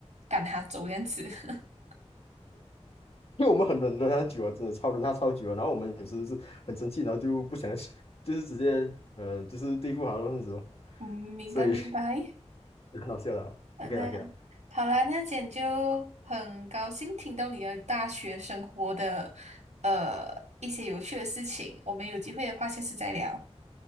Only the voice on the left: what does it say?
因为我们很忍了它久了，真的超忍它超久了，然后我们有时是很生气，然后就不想就是直接嗯，就是对付它那种，
所以 <laughs> 很好笑的啊
OK 啦，OK 啦。